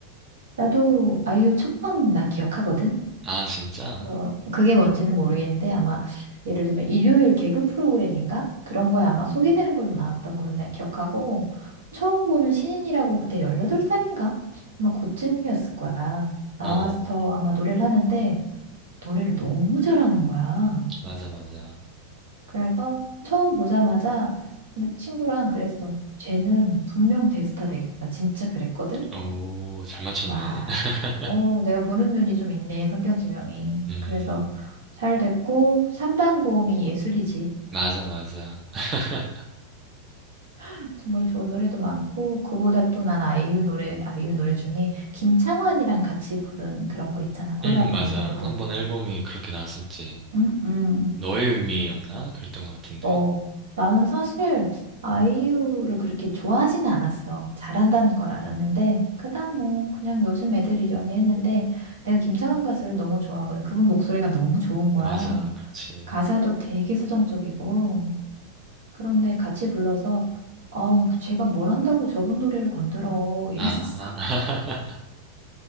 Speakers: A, on the right; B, on the right.
A: 나도 아이유 첫 방 나 기억하거든?
B: 아, 진짜?
A: 어, 그게 뭔지는 모르겠는데 아마 예를 들면 일요일 개그 프로그램인가? 그런 거에 아마 소개되는 걸로 나왔던 걸로 내가 기억하고 처음 보는 신인이라고 그때 18살인가? 아마 그쯤이었을 거야. 나와서
B: 어, 어, 어.
A: 아마 노래를 하는데 노래를 너무 잘하는 거야.
B: 맞아, 맞아.
A: 그래서 처음 보자마자 근데 친구랑 그랬어. 쟤는 분명 대스타 되겠다. 진짜 그랬거든?
B: 오, 잘 맞췄네.
A: 와,
B: <laughs>
A: 어, 내가 보는 눈이 좀 있네, 성견지명이.
B: 음,
A: 그래서 잘 됐고, 3단 고음이 예술이지.
B: 맞아, 맞아. <laughs>
A: <laughs> 정말 좋은 노래도 많고, 그보다 또 난 아이유 노래, 아이유 노래 중에 김창완이랑 같이 부른 그런 거 있잖아, 콜라보한
B: 음, 맞아.
A: 노래들.
B: 한 번 앨범이 그렇게 나왔었지.
A: 음, 음.
B: 너의 의미였나? 그랬던 것 같은데.
A: 어, 나는 사실 아이유를 그렇게 좋아하진 않았어. 잘한다는 걸 알았는데, 그닥 뭐, 그냥 요즘 애들이려니 했는데, 내가 김창완 가수를 너무 좋아하거든. 그분 목소리가 너무 좋은 거야.
B: 맞아, 그렇지.
A: 가사도 되게 서정적이고 그런데 같이 불러서 아우 제가 뭘 한다고 저분 노래를 건드려 이랬었어.
B: 아, <laughs>